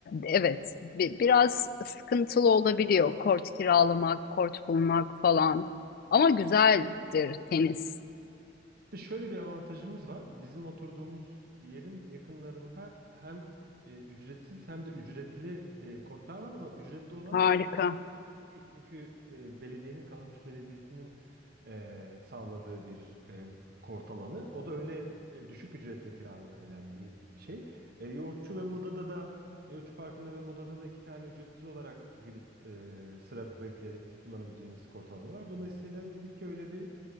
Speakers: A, on the left (about 55°); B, on the right (about 55°).
A: evet, bi- biraz sıkıntılı olabiliyor kort kiralamak, kort bulmak falan. Ama güzeldir
B: Or-
A: tenis.
B: Bir De şöyle bir avantajımız var. Bizim oturduğumuz yerin yakınlarında hem e, ücretsiz hem de ücretli e, kortlar var ama ücretli olan
A: Harika.
B: da öyle yüksek ücretli değil. Çünkü e, belediyenin Kalamış Belediyesi'nin e, sağladığı bir e, kort alanı. O da öyle e, düşük ücretle kiralanabilen bir şey. E, Yoğurtçu ve Moda'da da Yoğurtçu Parkı'nda ve Moda'da da iki tane ücretsiz olarak gidip e, sıra bekleyerek kullanabileceğimiz kort alanı var. Dolayısıyla dedik ki öyle bir